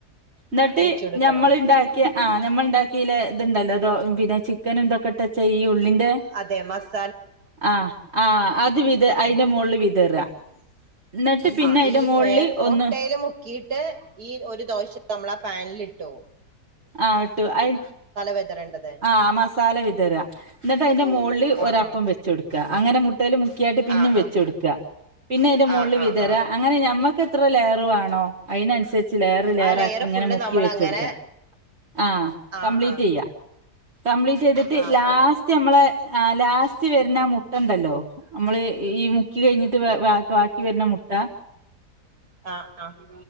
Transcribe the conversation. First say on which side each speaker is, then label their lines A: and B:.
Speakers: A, on the right; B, on the right.
A: ന്നട്ട്
B: വെച്ചൊടുക്കണം
A: ഞമ്മൾ ഇണ്ടാക്കിയ ആഹ് നമ്മൾ ഉണ്ടാക്കില ഇത് ഇണ്ടല്ലോ അതോന്നെ ചിക്കനും ന്തൊക്കെ ഇട്ടച്ചെ ഈ ഉള്ളിന്റെ
B: അതെ മസ്
A: ആഹ് ആഹ് അത് അതിന്റെ
B: ഉം
A: മോളിൽ വിതറ എന്നിട്ട് പിന്നെ
B: ആഹ്
A: അതിന്റെ
B: ഈ
A: മുകളിൽ
B: എ മുട്ടയില്
A: ഒന്ന്
B: മുക്കിട്ട് ഈ ഒരു ദോശ നമ്മളാ പാനിലിട്ടു
A: ആഹ് ഇട്ടു അയി
B: വെതറേണ്ടത്
A: ആഹ് മസാല വിതറ ന്ന്ട്ട് അയിന്റെ മൊളില് ഒരപ്പം
B: ആ ആ
A: വെ ച്ച് ട്ക്കാ അങ്ങനെ മുട്ടെല് മുക്കിയിട്ട് പിനിം
B: ആ
A: വെച്ച്
B: ആ
A: ട്ക്കാ പിന്നെ അയിന്റെ മോളില്
B: ആ
A: വി
B: ആ
A: ത്തരാ
B: ആ
A: അങ്ങനെ നമ്മക്ക് എത്ര ലേറുവാണോ അയിനനുസരിച്ച് ലേറ് ലേറാക്കി
B: ആ ലെയർ
A: ഇങ്ങനെ
B: ഫുള്ള്
A: മുക്കി
B: നമ്മൾ
A: വെച്ച
B: അങ്ങനെ
A: കൊട്ക്കാ ആഹ്
B: ആ
A: കംപ്ലീറ്റ്
B: ആ
A: ചെയ്യ കംപ്ലീറ്റ് ചെയ്തിട്ട്
B: ആ അതെ
A: ലാസ്റ്റ്
B: അതെ അതെ
A: നമ്മളെ ലാസ്റ്റ് വർന്ന മു മുട്ട ണ്ടല്ലോ നമ്മള് ഈ മുക്കി കഴിഞ്ഞിട്ട് ഭ ഭാ ബാക്കി വർണ മുട്ട
B: ആഹ് ആഹ്